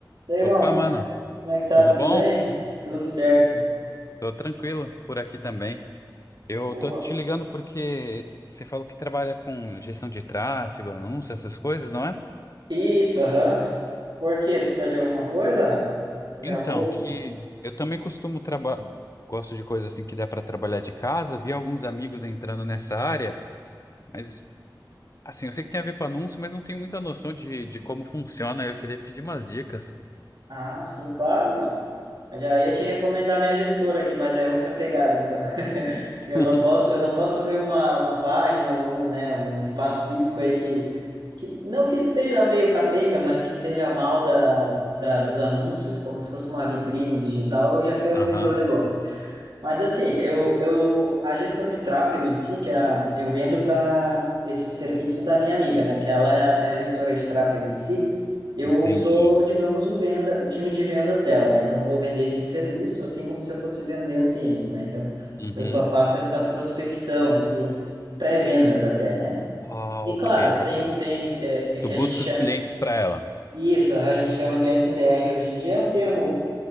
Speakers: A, on the right; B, on the left.
A: Daí, irmão,
B: Opa,
A: como
B: mano,
A: é, como é que tá?
B: tudo
A: Tudo
B: bom?
A: bem? Tudo certo.
B: Tô tranquilo por aqui também. Eu
A: Boa.
B: tô te ligando porque você falou que trabalha com gestão de tráfego, anúncio, essas coisas, não é?
A: Isso, aham. Por quê? Precisa de alguma coisa? Eu
B: Então,
A: já vou.
B: que eu também costumo trabalhar, gosto de coisas assim que dá pra trabalhar de casa, vi alguns amigos entrando nessa área, mas assim, eu sei que tem a ver com anúncio, mas não tenho muita noção de, de como funciona. Eu queria pedir umas dicas.
A: Ah, sim, claro, mano. Eu Já ia te recomendar minha gestora aqui, mas é outra pegada, então. <laughs> Que
B: <laughs>
A: eu não posso, eu não posso ver uma, uma página ou, né, um espaço físico aí que, que não que esteja meio capenga, mas que esteja mal da, da, dos anúncios, como se fosse uma vitrine digital, eu já quero
B: Aham,
A: vender o negócio. Mas assim, eu, eu a gestão de tráfego em si, que é a, eu vendo para esse serviço da minha amiga, né, que ela é a é a gestora de tráfego em si, eu
B: entendi.
A: sou, digamos, o venda, o time de vendas dela, né? Então eu vou vender esse serviço assim como se eu fosse vender um tênis, né? Então
B: Uhum.
A: eu só faço essa prospecção, esse pré-vendas até, né?
B: Ah,
A: E
B: ok,
A: claro, tem
B: ok.
A: tem é, é que
B: Tu busca
A: a gente chama
B: os clientes pra ela.
A: isso, a gente chama de SDR hoje em dia, é um termo